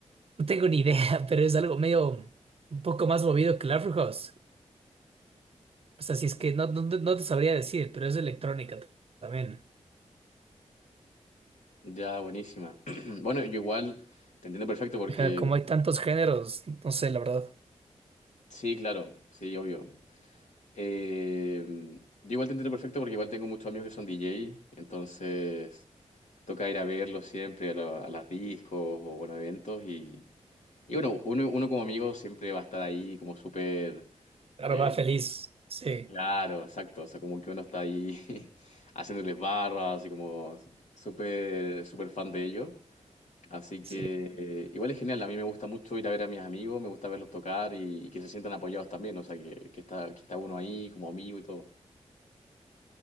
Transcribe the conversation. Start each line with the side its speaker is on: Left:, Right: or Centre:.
Right: no tengo ni idea, <laughs> pero es algo medio un poco más movido que el Afro House. O sea, si es que no, no, no no te sabría decir, pero es electrónica también.
Left: Ya, buenísima. <clears throat> Bueno, yo igual te entiendo perfecto porque,
Right: Ajá, como hay tantos géneros, no sé, la verdad.
Left: sí, claro, sí, obvio. Eh, yo igual te entiendo perfecto porque igual tengo muchos amigos que son DJ, entonces... toca ir a verlo siempre a, la- a las discos o bueno, eventos y, y bueno, uno, uno como amigo siempre va a estar ahí como súper
Right: Ahora
Left: eh,
Right: va feliz, sí.
Left: claro, exacto, o sea, como que uno está ahí <laughs> haciéndoles barras y como súper súper fan de ellos. Así
Right: Sí.
Left: que eh, igual es genial, a mí me gusta mucho ir a ver a mis amigos, me gusta verlos tocar y, y que se sientan apoyados también, o sea, que, que está, que está uno ahí como amigo y todo.